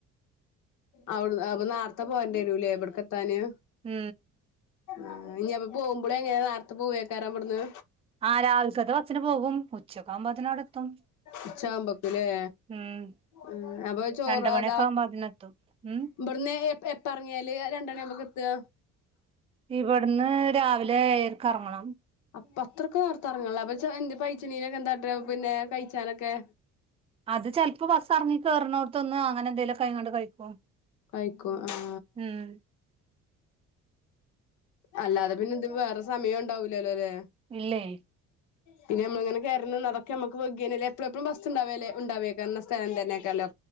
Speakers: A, on the left; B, on the right.
A: അവി അപ്പൊ നാരത്തെ പോവണ്ടരൂലേ എവിടക്ക എത്താന്
B: ഉം
A: ആ ഇനിപ്പൊ പോകുമ്പോളേ എങ്ങനെ നേരത്തെ പോവേക്കാറ അവിടുന്ന്
B: ആ രാവിലക്കത്ത് ബസ്സിന്‌ പോകും ഉച്ചക്ക ആകുമ്പോ തിന്ന് വടെ എത്തും
A: ഉച്ചാമ്പക്കല്ലേ
B: ഉം
A: ഉം അപ്പൊ ചോറോ
B: രണ്ട് മണിയൊക്കെ
A: അതാ
B: ആവുമ്പോ അതിനെത്തും ഉം
A: ഇവിടുന്ന് എപ്പ എപറെങ്ങിയാല് രണ്ടെണി ആവുമ്പൊക് എത്തുക
B: ഇവിടുന്ന് രാവിലെഎയരക് റങ്ങണം
A: അപ്പൊ അത്രക്കെർത്തെറങ്ങല്ല അപ്പ എന്ത് പൈച്ചനീനൊക്കെ എന്തട പിന്നെ കഴിച്ചാലൊക്കെ
B: അത് ചിലപ്പോ ബസ് ഇറങ്ങി കേറുന്നോട്ത്ത്‌ന്ന് അങ്ങനെ എന്തേലും കൈങ്ങണ്ട് കഴിക്കും
A: കയിക്കോ ആഹ
B: ഉം
A: അല്ലാതെ പിന്നെ ഇത് വേറെ സമയം ഉണ്ടാവൂലല്ലോ ലെ
B: ഇല്ലേ
A: പിന്നെ നമ്മങ്ങനെ കെയാറുന്നു അതൊക്കെ നമുക്ക് വൈഗന്നെലെ എപ്പേഴും എപ്പഴുംബസ്ണ്ടാവേലെ ഉണ്ടാവേകുന്നസ്ഥലം തന്നെക്കാല്ലോ